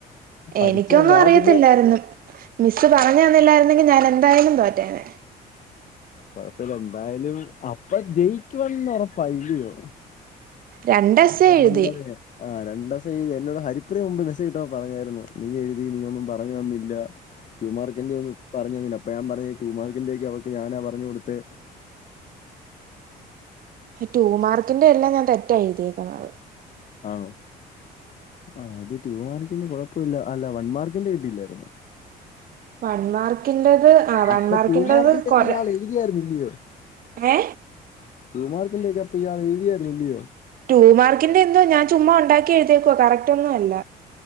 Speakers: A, on the left (about 50°); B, on the right (about 60°).
A: പഠിച്ച
B: എനിക്കൊന്നും
A: ഞാൻ
B: അറിയത്തില്ലായിരുന്നു.
A: പിന്നെ
B: മിസ്സ്
A: ആ
B: പറഞ്ഞ് തന്നില്ലായിരുന്നെങ്കി ഞാൻ എന്തായാലും തോറ്റേനെ.
A: കൊഴപ്പില്ല എന്തായാലും അപ്പൊ ജയിക്കുവന്നുറപ്പാ ഇല്ല്യോ?
B: രണ്ട് എസ്സേ
A: അപ്പൊ
B: എഴുതി
A: നമ്മള് ആ രണ്ട തി എന്നോട് ഹരിപ്രിയ മുമ്പ് മെസ്സജ് ഇട്ടപ്പം പറഞ്ഞായിരുന്നു. നീ എഴുതി നീ ഒന്നും പറഞ്ഞ് തന്നില്ല. ടു മാർക്കിന്റെ ഒന്നും പറഞ്ഞ് തന്നില്ല. അപ്പൊ ഞൻ പറഞ്ഞ് ടു മാർക്കിന്റെ ഒക്കെ അവൾക്ക് ഞാനാ പറഞ്ഞു കൊടുത്തെ.
B: ടൂ മാർക്കിന്റെ എല്ലാം ഞാൻ തെറ്റാ എഴുതിയേക്കുന്നത്.
A: ആണോ ആ അത് ടു മാർക്കിന്റെ കുഴപ്പുല്ല അല്ല വൺ മാർക്കിന്റെ കീട്ടില്ലായിരുന്നോ?
B: വൺമാർക്കിന്റെ ആ വൺ
A: അപ്പൊ
B: മാർക്കിന്റത്
A: ടു മാർക്കിന്റെ
B: കൊറെ
A: ഒക്കെ ഇയാൾ എഴുതിയായിരുന്നില്ലയോ
B: ഏ
A: റൂമാർക്കിലേക്കപ്പൊ യാ എഴതിയായിരുന്ന ഇയോ
B: ടു മാർക്കിന്റെ എന്തോ ഞാൻ ചുമ്മാ ഉണ്ടാക്കി എഴുതേക്കോ കറക്റ്റ് ഒന്നും അല്ല